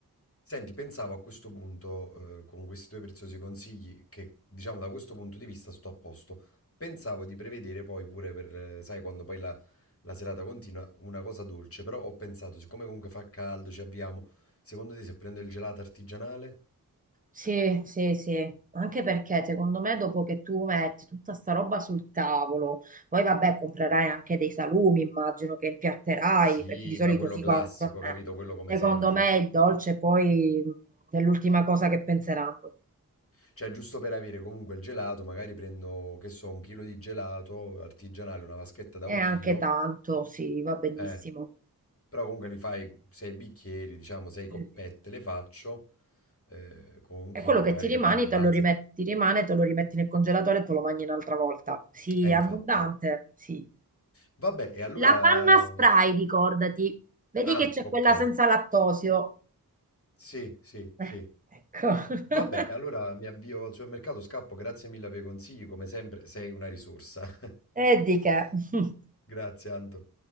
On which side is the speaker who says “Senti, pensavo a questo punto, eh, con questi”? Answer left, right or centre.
Left